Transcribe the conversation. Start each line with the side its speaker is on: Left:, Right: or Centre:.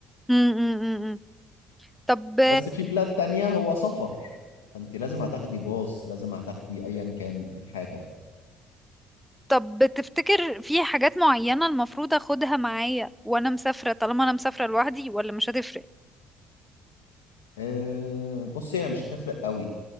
Centre: امم امم أمم. طب
Left: بس في بلاد تانية هو سفر فأنت لازم هتاخدي باص لازم هتاخدي أيا كان الحاجة يعني
Centre: طب تفتكر في حاجات معينة المفروض اخدها معايا وانا مسافرة طالما انا مسافرة لوحدي ولا مش هتفرق
Left: أه بصي هي مش هتفرق قوي